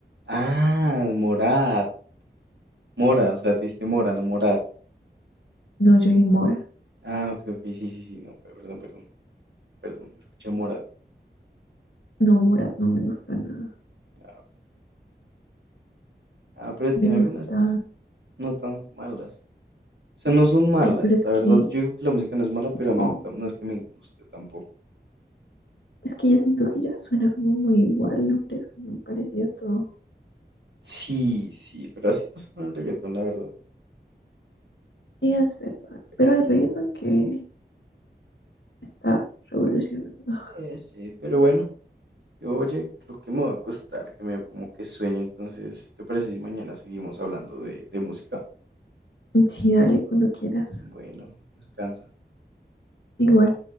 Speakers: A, on the right; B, on the left.
A: Ah, Morat. Mora, o sea, te diste Mora, no Morat.
B: No, yo dije Mora.
A: Ah, ok, ok, sí, sí, sí, no, perdón, perdón. Perdón, escuché Morat.
B: No, Morat no me gusta nada.
A: Ah, ah, pero tiene
B: Me gusta.
A: algunas no tan malas. O sea, no son malas.
B: Ay, pero es
A: La
B: que.
A: verdad, yo digo que la música no es mala, pero
B: No.
A: a mí no, no es que me guste tampoco.
B: Es que yo siento que ya suena como muy igual, el nombre es como muy parecido a todo.
A: Sí, sí, pero así pasa con el reggaetón, la verdad.
B: Sí, es verdad.
A: Pero
B: Pero
A: bueno,
B: hay reggaeton que está revolucionando.
A: eh, sí, pero bueno. Yo, oye, creo que me va a costar, que me dio como que sueño. Entonces, ¿te parece si mañana seguimos hablando de, de música?
B: Sí, dale cuando quieras.
A: Bueno, descansa.
B: Igual.